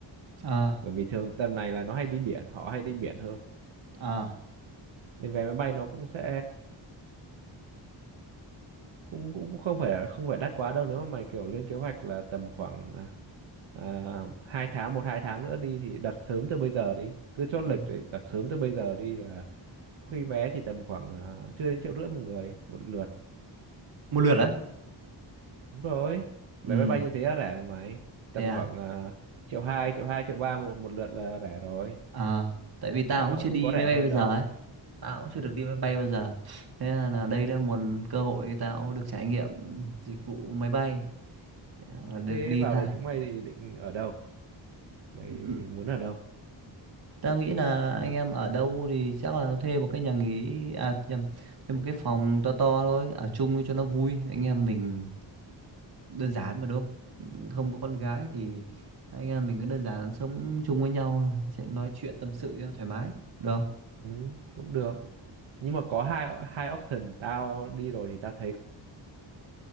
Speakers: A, on the right; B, on the right.
A: à
B: bởi vì thường tầm này là nó hay đi biển họ hay đi biển hơn
A: à
B: nên vé máy bay nó cũng sẽ cũng cũng không phải không phải đắt quá đâu nếu mà mày kiểu lên kế hoạch là tầm khoảng à, à, hai tháng một hai tháng nữa đi thì đặt sớm từ bây giờ đi cứ chốt lịch
A: ừ.
B: để đặt sớm từ bây giờ đi là khi vé chỉ tầm khoảng à, chưa đến triệu rưỡi một người một lượt
A: một lượt á
B: đúng rồi vé
A: ừ
B: máy bay như thế là rẻ này mày tầm
A: thế à
B: khoảng à, triệu hai triệu hai triệu ba một một lượt là rẻ rồi
A: à tại vì tao
B: chứ nó
A: cũng
B: cũng
A: chưa
B: không
A: đi
B: có rẻ
A: máy bay
B: hơn
A: bao
B: đâu
A: giờ ấy tao cũng
B: Ờ.
A: chưa được đi máy bay bao giờ thế là là đây là một cơ hội tao được trải nghiệm dịch vụ máy bay Ờ, được
B: thế
A: đi
B: vào
A: tha
B: đấy chúng mày thì định ở đâu mày
A: Ừ,
B: muốn ở đâu
A: tao nghĩ là anh em ở đâu thì chắc là thuê một cái nhà nghỉ à nhầm thuê một cái phòng to to thôi ở chung cho nó vui anh em mình đơn giản mà đúng không Ừ, không có con gái thì anh em mình cứ đơn giản sống chung với nhau sẽ nói chuyện tâm sự cho thoải mái được không
B: ừ, cũng được Thế nhưng mà có hai hai option tao đi rồi thì tao thấy